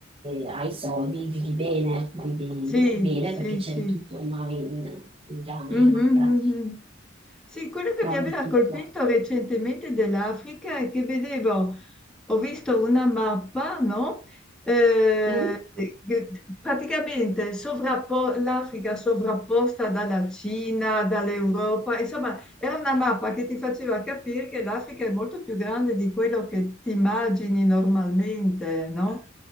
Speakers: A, on the right; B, in the centre.
A: hai soldi vivi bene, vivi
B: Sì,
A: bene
B: sì,
A: perché c'è
B: sì.
A: di tutto ormai in, in Ghana,
B: Mhm,
A: in Accra,
B: mhm. Sì, quello che
A: trovi
B: mi aveva
A: di tutto.
B: colpito recentemente dell'Africa è che vedevo, ho visto una mappa, no? Eh,
A: Mm.
B: che praticamente sovrappo- l'Africa sovrapposta dalla Cina, dall'Europa, insomma, era una mappa che ti faceva capire che l'Africa è molto più grande di quello che ti immagini normalmente, no?